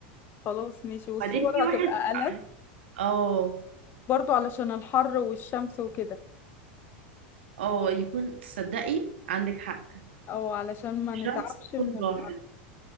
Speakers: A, on the left (about 35°); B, on the right (about 85°).
A: خلاص ماشي والصور
B: بعدين في واحد
A: هتبقى
B: اه
A: برضو علشان الحر والشمس وكده
B: اه يكون تصدقي عندك حق
A: او علشان ما نتعبش
B: شمس يكون
A: من الحر
B: راحت